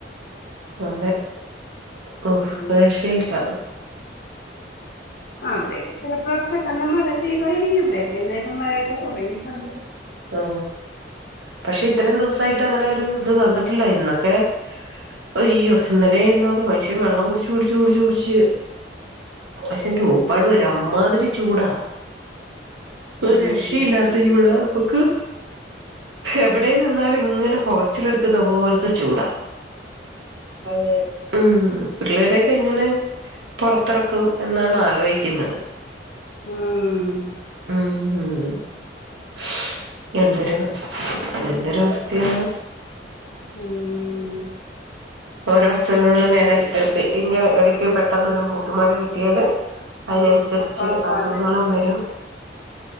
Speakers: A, on the right (about 85°); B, on the left (about 55°).
A: അതെ ഓ
B: ഉം
A: ഒര് രക്ഷയും ഇല്ലാ
B: അവിടേക്കെ ചിലപ്പോ പെട്ടെന്ന് മഴ <unintelligible> ഇവിടെയൊക്കെ എന്തായാലും മഴയൊക്കെ തുടങ്ങിയിട്ടുണ്ട്
A: ആ പക്ഷെ ഇത്രയും ദിവസായിട്ട് അങ്ങനെ ഒരു അത് വന്നിട്ടില്ല യിന്നുഒക്കെ അയ്യോ ഇന്നലേം ഇന്നൊക്കെ മനുഷ്യൻ വെള്ളം കുടിച്ച് കുടിച്ച് കുടിച്ച് കുടിച്ച് മനുഷ്യന്റെ
B: ഉം
A: ഉപ്പാട് വരും അമ്മാതിരി ചൂടാ ഒരു
B: ഉം
A: രക്ഷയില്ലാത്ത ചൂടാ എനക്ക് എവിടെ നിന്നാലും ഇങ്ങനെ പുകച്ചിലെടുക്കുന്ന പോലത്തെ ചൂടാ അതെ ഉം പിള്ളേരെയൊക്കെ എങ്ങനെ പുറത്തിറക്കും എന്നാണ് ആലോചിക്കുന്നത്
B: ഉം
A: ഉം ഉം <unintelligible> എന്തൊരു എന്തൊരുവസ്ഥയാണ്
B: ഉം
A: ഓരോ അസുഖങ്ങളും വേനൽ ഇ ഇടക്ക് പെട്ടെന്ന് ഒരു പൂതുമഴ കിട്ടിയാല് അതിനനുസരിച്ച്
B: അപ്പൊ
A: അസുഖങ്ങളും
B: അതെ
A: വരും